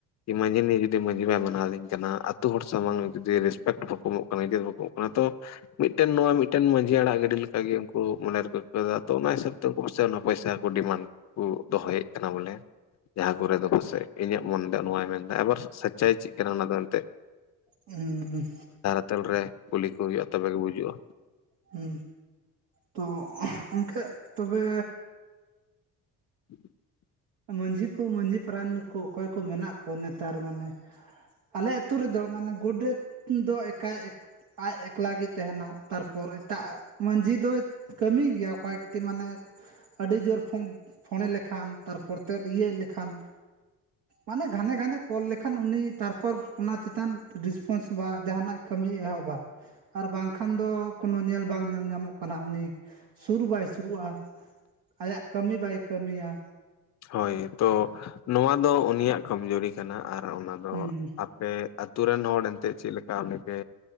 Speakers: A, on the left (about 40°); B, on the right (about 60°).
A: ᱢᱟᱹᱡᱷᱤ ᱱᱤᱭᱟᱹ ᱡᱩᱫᱤ ᱢᱟᱹᱡᱷᱤ ᱵᱟᱭ ᱢᱟᱱᱟᱣᱫᱤᱧ ᱠᱟᱱᱟ, ᱟᱛᱳ ᱦᱚᱲ ᱥᱟᱢᱟᱝ ᱡᱩᱫᱤ ᱨᱮᱥᱯᱮᱠᱴ ᱵᱟᱠᱚ ᱮᱢᱚᱜ ᱠᱟᱱᱟ, ᱵᱟᱠᱚ <inaudible> ᱚᱱᱟ ᱛᱚ ᱢᱤᱫᱴᱮᱱ ᱱᱚᱣᱟ ᱢᱤᱫᱴᱮᱱ, ᱢᱟᱹᱡᱷᱤ ᱟᱲᱟᱜ ᱜᱟᱹᱰᱤ ᱞᱮᱠᱟᱜᱮ, ᱩᱱᱠᱩ ᱢᱚᱱᱮ ᱨᱮᱠᱚ ᱟᱹᱭᱠᱟᱹᱣ ᱫᱟ ᱛᱚ ᱚᱱᱟ ᱦᱤᱥᱟᱹᱵ ᱛᱚ ᱩᱱᱠᱩ ᱯᱟᱥᱮ ᱚᱱᱟ ᱯᱚᱭᱥᱟ ᱠᱚ ᱰᱤᱢᱟᱱᱰ ᱠᱚ ᱫᱚᱦᱚᱭᱮᱫ ᱠᱟᱱᱟ ᱵᱚᱞᱮ ᱡᱟᱦᱟᱸ ᱠᱚᱨᱮ ᱫᱚ ᱯᱟᱥᱮᱡ, ᱤᱧᱟᱹᱜ ᱢᱚᱱ ᱫᱚ ᱱᱚᱟᱭ ᱢᱮᱱᱫᱟ, ᱟᱵᱟᱨ ᱥᱟᱪᱟᱭ ᱪᱮᱫ ᱠᱟᱱᱟ ᱚᱱᱟ ᱫᱚ ᱮᱱᱛᱮᱫ
B: ᱩ ᱦᱩᱸ,
A: ᱦᱳᱴᱮᱞ ᱨᱮ ᱠᱩᱞᱤ ᱠᱚ ᱦᱩᱭᱩᱜᱼᱟ, ᱛᱚᱵᱮᱜᱮ ᱵᱩᱡᱩᱜᱼᱟ᱾
B: ᱦᱩ ᱛᱚ ᱚᱱᱠᱟ ᱛᱚᱵᱮ
A: <inaudible> <inaudible>
B: ᱢᱟᱹᱡᱷᱤ ᱠᱚ ᱢᱟᱹᱡᱷᱤ ᱯᱟᱨᱟᱱᱤᱠ ᱠᱚ, ᱚᱠᱚᱭ ᱠᱚ ᱢᱮᱱᱟᱜ ᱠᱚ ᱱᱮᱛᱟᱨ ᱢᱟᱱᱮ ᱟᱞᱮ ᱟᱹᱛᱩ ᱨᱮᱫᱚ, ᱢᱟᱱᱮ ᱜᱳᱰᱮᱛ ᱫᱚ ᱮᱠᱟ ᱟᱡ ᱮᱠᱞᱟ ᱜᱮ ᱛᱟᱦᱮᱸᱱᱟ᱾ ᱛᱟᱨᱯᱚᱨᱮ ᱮᱴᱟᱜ ᱢᱟᱺᱡᱷᱤ ᱫᱚᱭ, ᱠᱟᱹᱢᱤ ᱜᱮᱭᱟ ᱠᱚᱭᱮᱠᱴᱤ ᱢᱟᱱᱮ᱾ ᱟᱹᱰᱤ ᱡᱳᱨ ᱯᱷᱳᱱᱮ ᱞᱮᱠᱷᱟᱱ, ᱛᱟᱨᱯᱚᱨᱮ ᱛᱮ ᱤᱭᱟᱹ ᱞᱮᱠᱷᱟᱱ᱾ ᱢᱟᱱᱮ ᱜᱷᱟᱱᱮ ᱜᱷᱟᱱᱮ ᱠᱚᱞ ᱞᱮᱠᱷᱟᱱ, ᱩᱱᱤ ᱛᱟᱨᱯᱚᱨ ᱚᱱᱟ ᱪᱮᱛᱟᱱ ᱨᱮᱥᱯᱚᱱᱥ ᱵᱟ ᱡᱟᱦᱟᱱᱟᱜ ᱠᱟᱹᱢᱤᱭ ᱮᱦᱚᱵᱟ ᱾ ᱟᱨ ᱵᱟᱝᱠᱷᱟᱱ ᱫᱚ ᱠᱳᱱᱳ, ᱧᱮᱞ ᱵᱟᱝ ᱧᱮᱞ ᱧᱟᱢᱚᱜ ᱠᱟᱱᱟ, ᱩᱱᱤ ᱥᱩᱨ ᱵᱟᱭ ᱥᱩᱨᱩᱜᱼᱟ᱾ ᱟᱭᱟᱜ ᱠᱟᱹᱢᱤ ᱵᱟᱭ ᱠᱟᱹᱢᱤᱭᱟ᱾
A: ᱦᱳᱭ ᱛᱚ ᱱᱚᱶᱟ ᱫᱚ ᱩᱱᱤᱭᱟᱜ ᱠᱟᱢᱡᱩᱨᱤ ᱠᱟᱱᱟ ᱟᱨ ᱚᱱᱟ ᱫᱚ᱾
B: ᱦᱩᱸ
A: <unintelligible> ᱟᱯᱮ ᱟᱛᱳ ᱨᱮᱱ ᱦᱚᱲ ᱮᱱᱛᱮᱫ ᱪᱮᱫ ᱞᱮᱠᱟ ᱩᱱᱤ ᱯᱮ